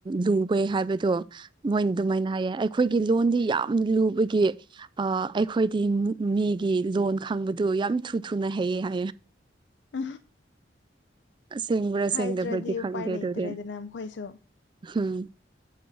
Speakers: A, on the right; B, on the left.
A: ꯂꯨꯕꯩ ꯍꯥꯏꯕꯗꯣ ꯃꯣꯏꯅ ꯑꯗꯨꯃꯥꯏꯅ ꯍꯥꯏꯌꯦ ꯑꯩꯈꯣꯏꯒꯤ ꯂꯣꯟ ꯌꯥꯝꯅ ꯂꯨꯕꯒꯤ ꯑꯩꯈꯣꯏꯗꯤ ꯃꯤꯒꯤ ꯂꯣꯟ ꯈꯪꯕꯗꯨ ꯌꯥꯝ ꯊꯨ ꯊꯨ ꯅ ꯍꯌꯦ ꯌꯥ
B: ꯎꯝ
A: ꯑꯁꯦꯡꯕ꯭ꯔꯥ
B: ꯍꯥꯏꯗ꯭ꯔꯗꯤ
A: ꯁꯦꯡꯗꯕ꯭ꯔꯗꯤ ꯈꯪꯗꯦ
B: ꯎꯄꯥꯏ ꯂꯩꯇ꯭ꯔꯦꯗꯅ
A: ꯑꯗꯨꯗꯤ
B: ꯃꯈꯣꯏꯁꯨ
A: ꯎꯝ